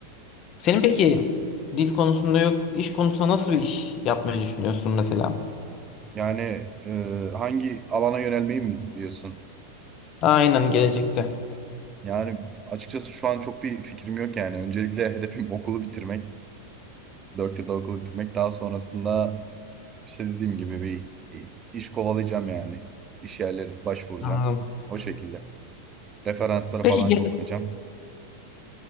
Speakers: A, on the left (about 35°); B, on the right (about 25°).
A: senin peki dil konusunda yok, iş konusunda nasıl bir iş yapmayı düşünüyorsun mesela?
B: yani e, hangi alana yönelmeyi mi diyorsun?
A: Aynen gelecekte.
B: Yani açıkçası şu an çok bir fikrim yok yani. Öncelikle hedefim <laughs> okulu bitirmek. dört yılda okulu bitirmek. Daha sonrasında işte dediğim gibi bir e, iş kovalayacağım yani. İş yerleri başvuracağım.
A: Anladım.
B: O şekilde. Referansları
A: Peki
B: falan
A: ge-
B: kullanacağım.